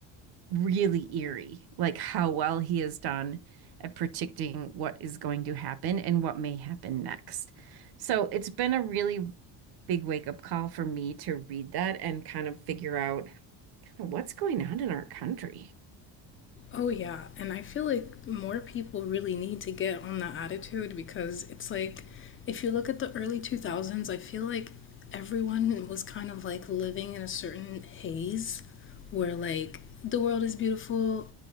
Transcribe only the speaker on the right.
really eerie, like how well he has done at predicting what is going to happen and what may happen next. So it's been a really big wake-up call for me to read that and kind of figure out kind of what's going on in our country.